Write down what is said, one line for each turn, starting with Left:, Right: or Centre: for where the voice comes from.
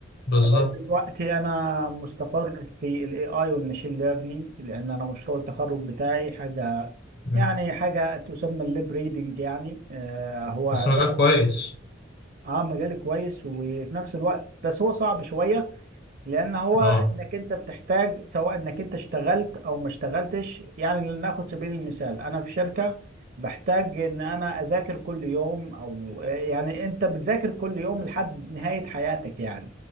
Left: بالظبط
Right: دلوقتي انا مستقر في الاي اي والماشين ليرنينج لان انا مشروع التخرج بتاعي حاجه
Left: مم.
Right: يعني حاجه تسمى الليب ريدنج يعني آه هو
Left: بس
Right: عباره
Left: مجال كويس
Right: اه مجال كويس وفي نفس الوقت بس هو صعب شويه لان هو
Left: اه
Right: انك انت بتحتاج سواء انك انت اشتغلت او ما اشتغلتش يعني لناخد سبيل المثال انا في شركه بحتاج ان انا اذاكر كل يوم او آه، يعني انت بتذاكر كل يوم لحد نهايه حياتك يعني